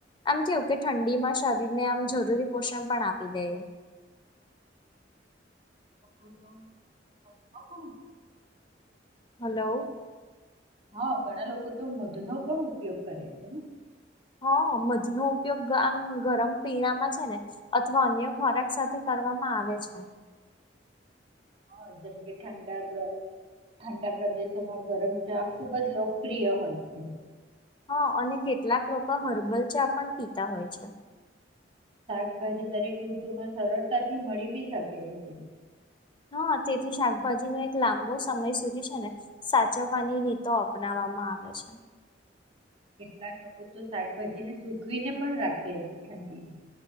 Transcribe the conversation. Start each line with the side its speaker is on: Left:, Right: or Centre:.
Left: આમ કેવું કે, ઠંડી માં શરીર ને આમ જરૂરી પોષણ પણ આપી દઈએ <inaudible>
Right: છ <unintelligible>
Left: હલો.
Right: હા ઘણા લોકો તો મધનો પણ ઉપયોગ કરે છે ને?
Left: હા, મધનો ઉપયોગ ગ આમ ગરમ પીણામાં છે, ને અથવા અન્ય ખોરાક સાથે કરવામાં આવે છે.
Right: હા, જેમ કે ઠંડા પ્ર ઠંડા પ્રદેશોમાં ગરમ ચા ખુબજ લો પ્રિય હોય છે.
Left: હા, અને કેટલાક લોકો હર્બલ ચા પણ પીતા હોય છે.
Right: શાકભાજી દરેક ઋતુમાં સરળતાથી મળી બી શકે છે તે.
Left: હા. આ ચેથી શાકભાજી નો એક લાંબો સમય સુધી છે ને, સાચવવાની રીતો અપનાવવામાં આવે છે. <inaudible>
Right: કેટલાક લોકો તો શાકભાજીને સુકવીને પણ રાખે છે ઠંડીમાં.